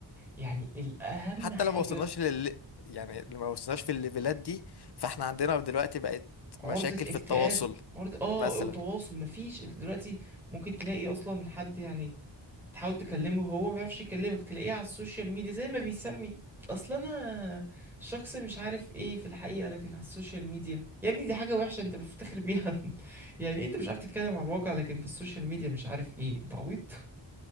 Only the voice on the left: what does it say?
حتى
لو ما وصلناش لل يعني لو ما وصلناش في الليفلات دي فاحنا عندنا دلوقتي بقت
مشاكل
في التواصل
مثلا